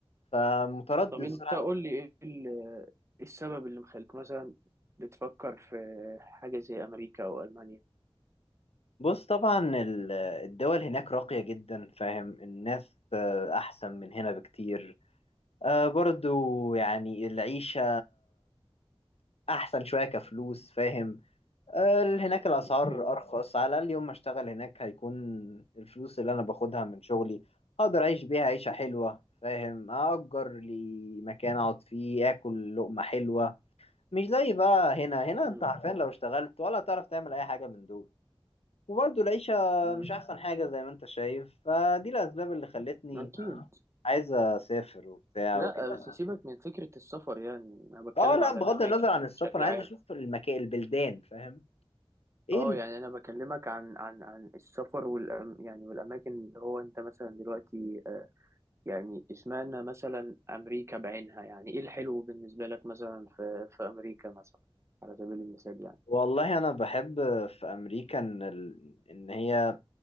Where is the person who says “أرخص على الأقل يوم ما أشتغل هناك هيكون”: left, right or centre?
Left